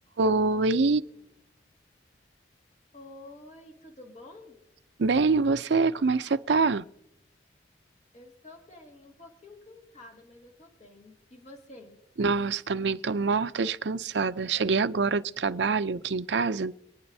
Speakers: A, on the right (about 70°); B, on the left (about 35°).
A: Oi,
B: Oi, tudo bom?
A: bem, e você, como é que você tá?
B: Eu estou bem, um pouquinho cansada, mas eu tô bem. E você?
A: Nossa, também tô morta de cansada. Cheguei agora do trabalho aqui em casa,